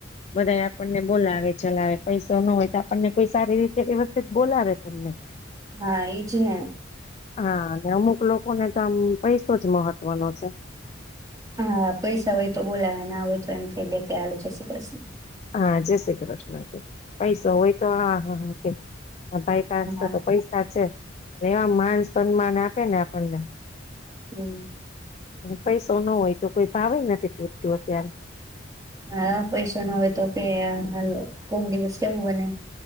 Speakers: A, on the left; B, on the right.
A: બધા આપણને બોલાવે ચલાવે પૈસો ન હોય તો આપણને કોઈ સારી રીતે વ્યવસ્થિત બોલાવે પણ નય.
B: હા એજ ને.
A: હા અને અમુક લોકોને તો આમ પૈસો જ મહત્વનો છે.
B: હા પૈસા હોય તો બોલાવાય ના હોય તો એમ થય ગઈ કે હાલો જે શ્રી કૃષ્ણ.
A: હા જ શ્રી કૃષ્ણ કે પૈસો હોય તો, હા હા હા કે આ ભાઈ પાસે
B: હા
A: તો પૈસા છે. એવા માન સન્માન આપે ને આપણને.
B: હમ્મ.
A: પૈસો ન હોય તો કોઈ ભાવે નથી પૂછતું અત્યારે.
B: હા પૈસો ન હવે તો કે આ કોક દિવસ એવું બને